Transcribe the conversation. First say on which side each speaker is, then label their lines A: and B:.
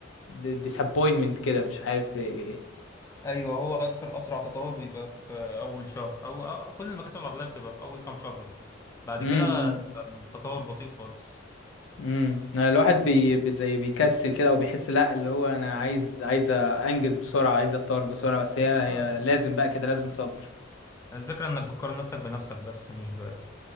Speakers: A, on the left; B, on the left.
A: ديسابوينتمنت كده مش عارف ايه
B: ايوه هو اسرع اسرع تطور بيبقى في اول شهر او أو كل المكاسب العضليه بتبقى في اول كام شهر بس بعد
A: يعني
B: كده التطور بطيء خالص
A: امم الواحد بي
B: أنت-
A: بي- زي بيكسل كده او بيحس لا اللي هو انا عايز عايز انجز بسرعه عايز اتطور بسرعه بس هي, هي
B: آه.
A: لازم بقى كده لازم صبر
B: الفكره انك بتقارن نفسك بنفسك بس مش ب...